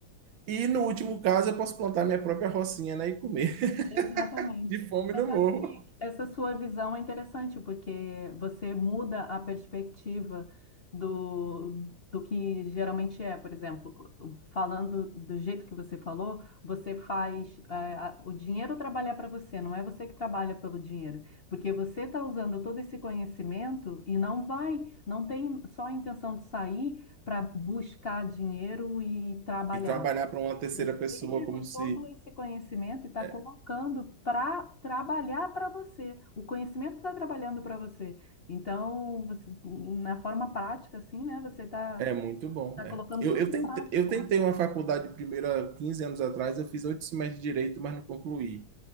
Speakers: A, on the right; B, on the left.
A: E no último caso, eu posso plantar minha própria rocinha, né, e comer <laughs>
B: Exatamente.
A: de fome
B: Mas
A: no
B: sabe
A: morro
B: que essa sua visão é interessante, porque você muda a perspectiva do, do que geralmente é. Por exemplo, falando do jeito que você falou, você faz, eh, a- o dinheiro trabalhar para você, não é você que trabalha pelo dinheiro. Porque você está usando todo esse conhecimento e não vai, não tem só a intenção de sair para buscar dinheiro e trabalhar.
A: e trabalhar para uma terceira
B: Você
A: pessoa
B: pegou
A: como se
B: todo esse conhecimento e está
A: é
B: colocando para trabalhar para você. O conhecimento está trabalhando para você. Então, você, na forma prática, assim, né? Você está
A: é
B: tá
A: muito bom,
B: tá
A: né?
B: colocando
A: Eu,
B: tudo
A: eu tentei,
B: em prática.
A: eu tentei uma faculdade primeiro há 15 anos atrás, eu fiz oito semestres de direito, mas não concluí.